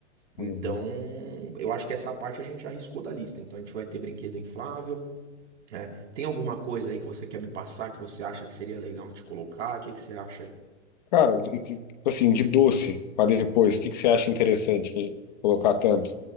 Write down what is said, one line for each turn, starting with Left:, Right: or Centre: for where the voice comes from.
Right: Então,
Left: Uhum.
Right: eu acho que essa parte a gente já arriscou da lista. Então a gente vai ter brinquedo inflável, né? Tem alguma coisa aí que você quer me passar que você acha que seria legal de colocar? O que que você acha aí?
Left: Cara, e que- tipo assim, de doce para depois, o que que você acha interessante que- colocar tanto?